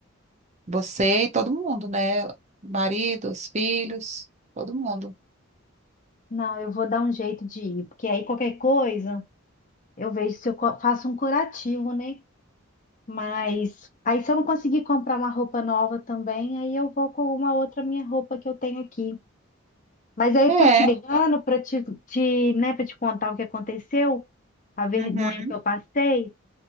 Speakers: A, on the right; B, on the left.
A: Você e todo mundo, né? Marido, os filhos, todo mundo.
B: Não, eu vou dar um jeito de ir, porque aí qualquer coisa eu vejo se eu co- faço um curativo, né? Mas aí se eu não conseguir comprar uma roupa nova também, aí eu vou com uma outra minha roupa que eu tenho aqui. Mas aí
A: É.
B: eu tô te ligando para te, te, né, para te contar o que aconteceu, a vergonha
A: Uhum.
B: que eu passei.